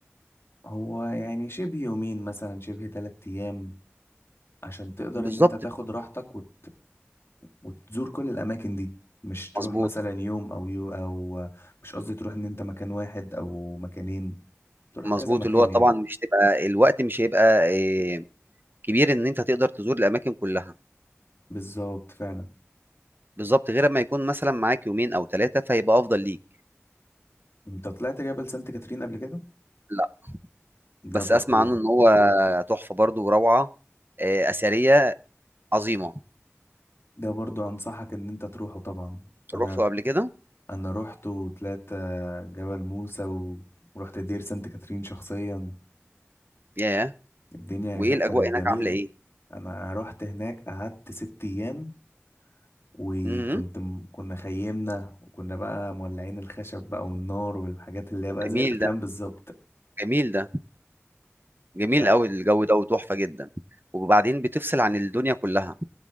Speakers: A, on the left; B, on the right.
A: هو يعني شبه يومين مثلا شبه تلات أيام عشان تقدر
B: بالظبط
A: إن أنت تاخد راحتك وت... وتزور كل الأماكن دي مش تروح
B: مظبوط
A: مثلا يوم أو يو أو مش قصدي تروح إن أنت مكان واحد أو مكانين تروح
B: مظبوط
A: كذا مكان
B: اللي هو طبعا
A: يعني
B: مش تبقى الوقت مش هيبقى إيه، كبير ان انت تقدر تزور الاماكن كلها
A: بالظبط فعلا
B: بالظبط غير ما يكون مثلا معاك يومين او ثلاثه فهيبقى افضل ليك
A: أنت طلعت جبل سانت كاترين قبل كده؟
B: لا بس
A: ده برضو
B: اسمع عنه ان هو تحفه برضو وروعه آه، اثريه عظيمه
A: ده برضو أنصحك إن أنت تروحه طبعا أنا
B: رحته قبل كده
A: انا رحت وطلعت آه، جبل موسى و- ورحت دير سانت كاترين شخصيا
B: ياه
A: الدنيا
B: وايه
A: هناك
B: الاجواء
A: كانت
B: هناك
A: جميلة
B: عامله ايه
A: انا رحت هناك قعدت ست ايام وكنت
B: امم
A: م- كنا خيمنا وكنا بقى مولعين الخشب بقى والنار والحاجات اللي هي بقى
B: جميل
A: زي الافلام
B: ده
A: بالظبط
B: جميل ده جميل
A: ف...
B: قوي الجو ده وتحفه جدا وبعدين بتفصل عن الدنيا كلها